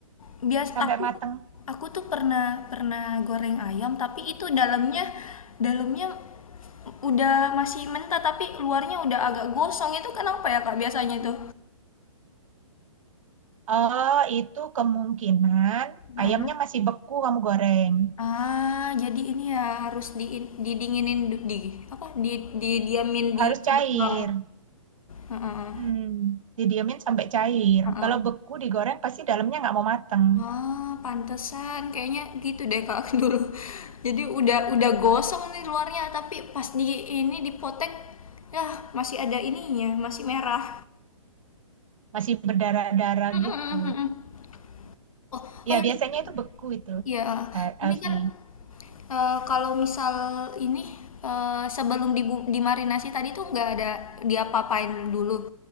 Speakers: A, on the left; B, on the right.
A: Bias
B: sampai
A: aku
B: mateng.
A: aku tuh pernah pernah goreng ayam, tapi itu dalamnya dalamnya udah masih mentah, tapi luarnya udah agak gosong, itu kenapa ya, Kak, biasanya itu?
B: Oh, itu kemungkinan
A: Heeh.
B: ayamnya masih beku kamu goreng.
A: Ah, jadi ini ya harus di didinginin du di apa, di di diamin
B: Harus
A: di
B: cair.
A: kulkas. heeh.
B: Hmm, didiamin sampai cair.
A: Heeh.
B: Kalau beku digoreng pasti dalamnya nggak mau mateng.
A: Ah, pantesan kayaknya gitu deh Kak <laughs> dulu. Jadi udah udah gosong nih luarnya tapi pas di ini dipotek ya masih ada ininya, masih merah.
B: Masih berdarah-darah
A: Mm-mm-mm-mm.
B: gitu.
A: Oh, oh
B: Ya,
A: iya.
B: biasanya itu beku itu,
A: Ya,
B: eh,
A: ini
B: Alfi.
A: kan eh, kalau misal ini eh, sebelum dibu- dimarinasi tadi tuh nggak ada diapa-apain dulu.